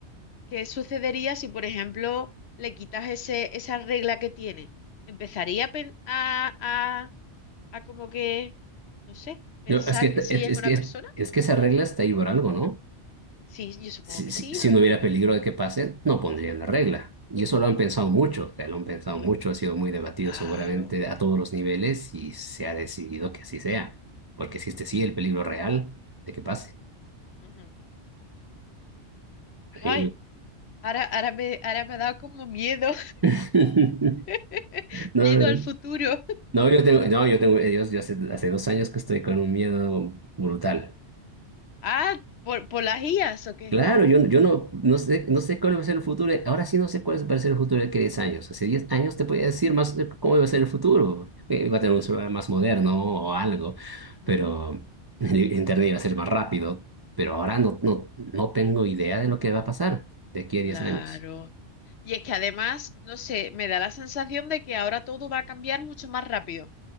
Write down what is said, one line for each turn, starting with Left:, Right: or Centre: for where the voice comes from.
Left: qué sucedería si, por ejemplo, le quitas ese, esa regla que tiene. Empezaría a, pen- a, a, a como que, no sé, pensar
Right: Yo- es que,
Left: que sí
Right: es,
Left: es
Right: es
Left: una
Right: que,
Left: persona.
Right: es, que esa regla está ahí por algo, ¿no?
Left: Sí, yo supongo
Right: si,
Left: que
Right: si-
Left: sí,
Right: si
Left: ¿no?
Right: no hubiera peligro de que pase, no pondrían la regla. Y eso lo han pensado mucho, o sea, lo han pensado
Left: Yo-
Right: mucho, ha sido muy debatido
Left: claro.
Right: seguramente a todos los niveles y se ha decidido que así sea, porque
Left: Ujú,
Right: existe sí el peligro real de que pase.
Left: ujú. Ay,
Right: Y-
Left: Ahora, ahora me, ahora me ha dado como miedo,
Right: <laughs>
Left: <laughs>
Right: No,
Left: miedo al futuro.
Right: no, yo tengo, no, yo tengo, yo, yo hace, hace dos años que estoy con un miedo brutal.
Left: Ah, ¿por, por las IAs o qué?
Right: Claro, yo, yo no, no sé, no sé cuál va a ser el futuro. Ahora sí no sé cuál va a ser el futuro de aquí a 10 años. Hace 10 años te podía decir más de cómo va a ser el futuro. Eh, Va a tener un celular más moderno o algo, pero
Left: Ujú,
Right: <laughs> el Internet iba a ser más rápido. Pero ahora no, no, no tengo idea de lo que va a pasar de aquí a
Left: Claro.
Right: diez años.
Left: Y es que además, no sé, me da la sensación de que ahora todo va a cambiar mucho más rápido.